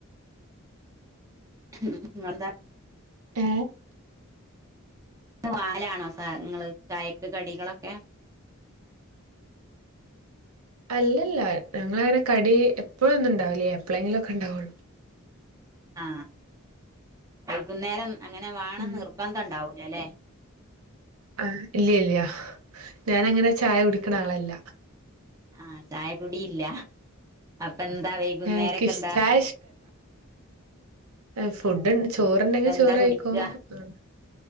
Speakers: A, on the right; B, on the right.
A: ഉ പിന്നെന്താ
B: ഏ
A: വാങ്ങലാണോ സ ഇങ്ങള് ചായക്ക് കടികളൊക്കെ
B: <unintelligible> അല്ലല്ല ഞങ്ങളങ്ങനെ കടീ എപ്പോഴൊന്നും ഇണ്ടാവലില്ല എപ്പളെങ്കിലുവൊക്കെ ഉണ്ടാവുള്ളൂ
A: ആ വൈകുന്നേരം അങ്ങനെ വാണം
B: ഉം
A: നിർബന്ധം ഉണ്ടാവൂലല്ലെ
B: ആ ഇല്ല ഇല്ലയ ഞാനങ്ങനെ ചായ കുടിക്കണ ആളല്ല
A: ആഹ ചായ കുടീല്ല അപ്പ എന്താ വൈകുന്നേരൊക്കെ
B: ഏഹ് എനിക്ക് ഇഷ്-
A: എന്താ
B: ചായ ഉം ഫുഡ് ണ്
A: ആഹ്
B: ചോറ്ണ്ടെങ്കിൽ
A: അപ്പൊ
B: ചോറ്
A: എന്താ
B: കയിക്കും
A: കുടിക്ക
B: ചൊ